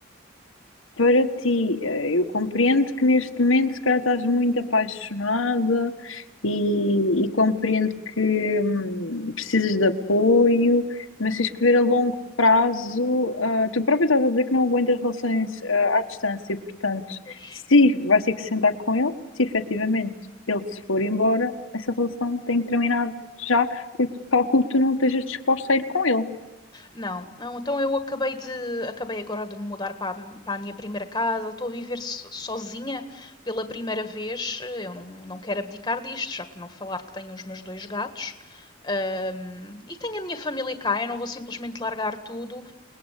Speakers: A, on the left; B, on the left.
A: para ti, eh, eu compreendo que neste momento, se calhar, estás muito apaixonada e, e compreendo que hum, precisas de apoio,
B: Uhum.
A: mas tens que ver a longo prazo. ah, tu próprio estás a dizer que não aguentas relações ah, à distância, e, portanto,
B: Pois.
A: se vais ter que sentar com ele, se efetivamente ele se for embora, essa relação tem que terminar já, porque calculo que tu não estejas disposta a ir com ele.
B: Não, não, então eu acabei de acabei agora de me mudar para a, para a minha primeira casa, estou a viver so- sozinha pela primeira vez. Eu não, não quero abdicar disto, já por não falar que tenho os meus dois gatos. Ahm, e tenho a minha família cá, eu não vou simplesmente largar tudo.